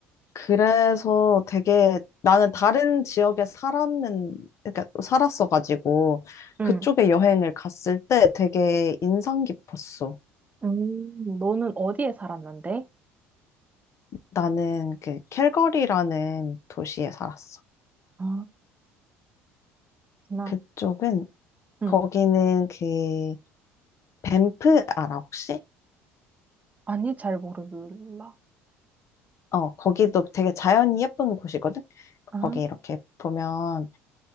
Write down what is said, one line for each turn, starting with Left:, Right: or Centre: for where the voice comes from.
Left: 그래서 되게 나는 다른 지역에 살았는, 그러니까 살았어가지고
Right: 응.
Left: 그쪽에 여행을 갔을 때 되게 인상 깊었어.
Right: 음, 너는 어디에 살았는데?
Left: 나는 그 캘거리라는 도시에 살았어.
Right: 아, 나,
Left: 그쪽은
Right: 응.
Left: 거기는 그 밴프 알아 혹시?
Right: 아니, 잘 모르겠라
Left: 어, 거기도 되게 자연이 예쁜 곳이거든.
Right: 아,
Left: 거기 이렇게 보면